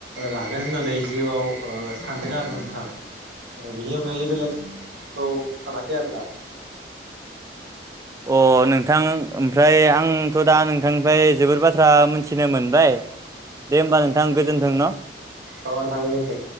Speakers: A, on the right; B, on the right.
A: लागोन होननानै जिउआव सानदों आरो नोंथां आरो बेनि अनगायै बेलेगखौ सानाखै आरोना
B: अ नोंथां ओमफ्राय आंथ' दा न नोंथांनिफ्राय जोबोर बाथ्रा मिथिनो मोनबाय दे होमबा नोंथां गोजोन्थों न'
A: अ नोंथां गेजोनथों